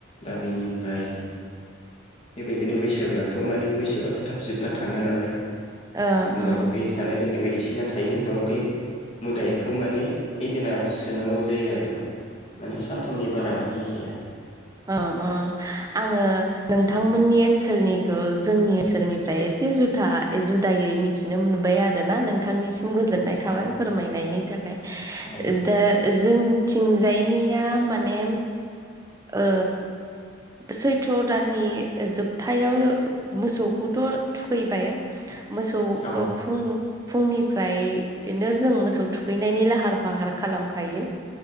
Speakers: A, on the left; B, on the right.
A: दा बेनिफ्राय बिदिनो बैसागोआथ' माने बैसागोआथ' थाब जोबना थाङा नालाय
B: ओं
A: होमबाबो
B: ओं
A: बे जानाय लोंनाय बायदि बिसिना थायो होमबाबो बे मोदायखौ माने इदिना सोनांगौ जायो आरो माने सानथाम उननि बारा लाखि खाया
B: अ अ आङो नोंथांमोननि
A: दा बिनिफ्राय
B: ओनसोलनिखौ जोंनि ओनसोलनिफ्राय एसे जुथा जुदायै मिथिनो मोनबाय आरो ना नोंथांनि सम गोजोननाय थाबाय
A: औ
B: फोरमायनायनि थाखाय
A: औ
B: ओम दे जों थिं जायनिया माने ओ सैथ्र' दाननि जोबथायाव मोसौखौथ' थुखैबाय मोसौ
A: औ
B: फुं फुंनिफ्रायनो जों मोसौ थुखैनायनि लाहार फाहार खालाम खायो